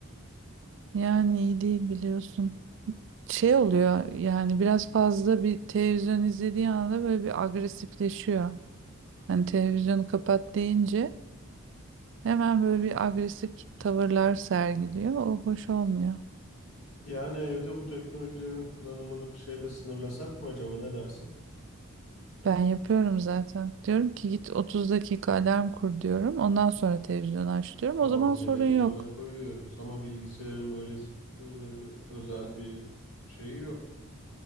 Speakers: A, on the right; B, on the left.
A: yani iyi değil biliyorsun. şey oluyor yani biraz fazla bir televizyon izlediği anda böyle bir agresifleşiyor. Hani televizyonu kapat deyince hemen böyle bir agresif tavırlar sergiliyor. O hoş olmuyor.
B: Yani evde bu teknolojilerin kullanımını bir şeyle sınırlasak mı acaba ne dersin?
A: Ben yapıyorum zaten. Diyorum ki git 30 dakika alarm kur diyorum. Ondan sonra televizyonu aç diyorum.
B: Tamam
A: O zaman
B: televizyona
A: sorun yok.
B: koyuyoruz ama bilgisayarın böyle e, özel bir şeyi yok.